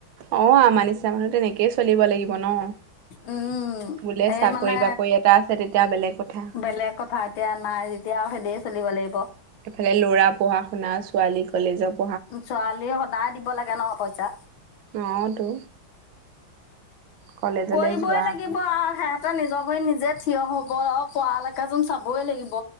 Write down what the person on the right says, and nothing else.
অ' আমাৰ নিচিনা মানুহ তেনেকেই চলিব লাগিব ন
বোলে
চাকৰি
বাকৰি এটা আছে তেতিয়া বেলেগ কথা
এফালে ল'ৰা পঢ়া শুনা ছোৱালী কলেজক।
অ' তো কলেজলৈ
যোৱা
আমি